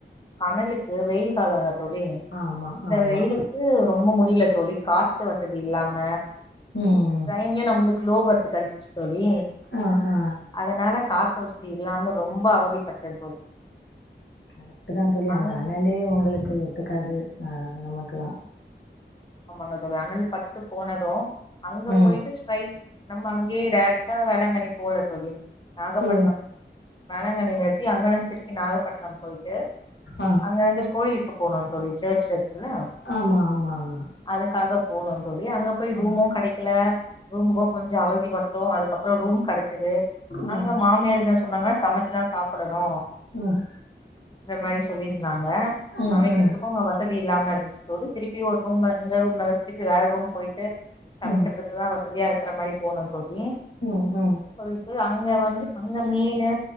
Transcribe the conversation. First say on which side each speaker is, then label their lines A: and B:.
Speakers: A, on the left (about 25°); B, on the left (about 75°).
A: அனலுக்கு வெயில் கால வேர தோழி
B: ஆமா,
A: இந்த
B: ஆமா.
A: வெயிலுக்கு ரொம்ப முடி முடியில தோளி காத்து வசதி இல்லாம
B: ம்.
A: ட்ரையின்லியு நம்ளுக்கு ளோ பர்த்து <unintelligible> தோளி
B: ஆ, ஆ.
A: அதனால காத் வசதி இல்லாம ரொம்ப அவதிப்பட்டது
B: கரெக்ட்டு தா தோழி
A: அங்க
B: அந்த அனலே உங்களுக்கு ஒத்துக்காது ஆ நமக்கலா
A: ஆமாங்க தோளி அனல் பட்டு போனது அங்க
B: ம்.
A: போயிட்டு ஸ்ரை நம்ம அங்கேயே டேரெக்ட்டா வேளாங்கண்ணி போல தோளி நாகப்பட்டினம்
B: ஓ!
A: வேளாங்கண்ணி நிறுத்தி அங்கனிருந்து திருப்பி நாகப்பட்டினம் போயிட்டு
B: ஆ.
A: அங்க இருந்து கோயிலுக்கு போணோம் தோளி சேச்ருக்குல்ல
B: ஆமா, ஆமா, ஆமா.
A: அதுக்காக போனோம் தோளி அங்க போய்
B: ஆ,
A: ரூமு கடைக்கில ரூமுக்கு கொஞ்சோ அவதி பட்ட தோ அதுக்கப்பறோ ரூம் கடச்சது
B: ஆ,
A: அங்க மாமியாரென்ன சொன்னாங்க சமைச்சுதா சாப்படணு
B: ம்.
A: இந்த மாரி சொல்லி இருந்தாங்க
B: ம்
A: சமைக்கிறத்துக்கு
B: ம்
A: அங்க வசதி வசதி இல்லாம இருஞ்சுதோழி திருப்பியு ஒரு ரூம்ல இருந்து ரூம்ம வெச்சுட்டு வேற ரூம் போயிட்டு சமைக்கிறத்துக்கெல்லா
B: ம்
A: வசதியா இருக்கு கிற மாறி போணோம் போயி
B: ம் ம்
A: போயிட்டு அங்க வந்து அங்க மீனு